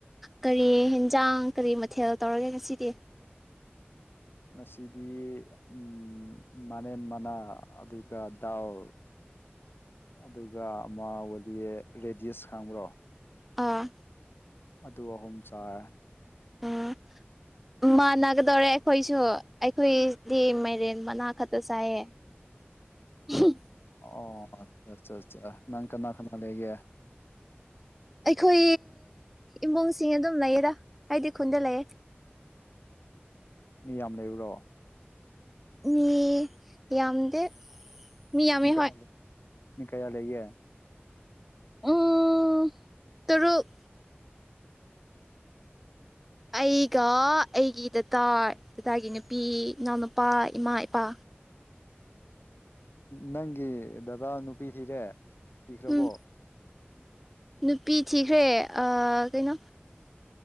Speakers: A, in the centre; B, on the left (about 60°).
A: ꯀꯔꯤ ꯑꯦꯟꯖꯥꯡ ꯀꯔꯤ ꯃꯊꯦꯜ ꯇꯧꯔꯒꯦ ꯉꯁꯤꯗꯤ
B: ꯉꯁꯤꯗꯤ ꯎ ꯃꯅꯦꯟ ꯃꯅꯥ ꯑꯗꯨꯒ ꯗꯥꯎ ꯑꯗꯨꯒ ꯑꯃꯒꯗꯤꯌꯦ ꯔꯦꯗꯤꯁ ꯈꯪꯕ꯭ꯔꯣ
A: ꯑꯥ
B: ꯑꯗꯨ ꯑꯍꯨꯝ ꯆꯥꯏꯦ
A: ꯎꯝ ꯃꯥꯟꯅꯒꯗꯧꯔꯦ ꯑꯩꯈꯣꯏꯁꯨ ꯑꯩꯈꯣꯏꯗꯤ ꯃꯥꯏꯔꯦꯟ ꯃꯅꯥ ꯈꯛꯇ ꯆꯥꯏꯌꯦ <unintelligible>
B: ꯑꯣ ꯑ ꯑꯆꯥ ꯑ ꯅꯪ ꯀꯅꯥ ꯀꯅꯥ ꯂꯩꯒꯦ
A: ꯑꯩꯈꯣꯏ ꯏꯃꯨꯡꯁꯤꯡ ꯑꯗꯨꯝ ꯂꯩꯌꯦꯔ ꯍꯥꯏꯗꯤ ꯈꯨꯟꯗ ꯂꯩꯌꯦ
B: ꯃꯤ ꯌꯥꯝ ꯂꯩꯔꯨꯔꯣ
A: ꯃꯤ ꯌꯥꯝꯗꯦ ꯃꯤ ꯌꯥꯝꯃꯦ
B: ꯀꯥꯌꯥ
A: ꯍꯣꯏ
B: ꯂꯩ ꯃꯤ ꯀꯌꯥ ꯂꯩꯒꯦ
A: ꯎꯝ ꯇꯔꯨꯛ ꯑꯩꯒ ꯑꯩꯒꯤ ꯗꯥꯗꯥ ꯗꯥꯗꯥꯒꯤ ꯅꯨꯄꯤ ꯏꯅꯥꯎꯅꯨꯄꯥ ꯏꯃꯥ ꯏꯄꯥ
B: ꯅꯪꯒꯤ ꯗꯗꯥ ꯅꯨꯄꯤ ꯊꯤꯔꯦ ꯊꯤꯈ꯭ꯔꯕꯣ
A: ꯎꯝ ꯅꯨꯄꯤ ꯊꯤꯈ꯭ꯔꯦ ꯀꯩꯅꯣ